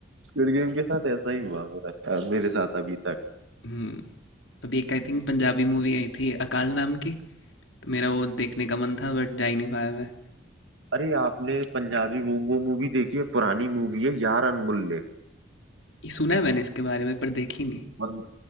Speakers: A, on the right; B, on the left.
A: स्क्विड गेम के साथ ऐसा ही हुआ मेरा अ, मेरे साथ अभी तक
B: हम्म अभी एक आई थिंक पंजाबी मूवी आई थी अकाल नाम की तो मेरा वो देखने का मन था बट जा ही नहीं पाया मैं
A: अरे आपने पंजाबी वो वो मूवी देखी है पुरानी मूवी है यार अनमुल्ले
B: ये सुना है मैंने इसके बारे में पर देखी नहीं
A: मतलब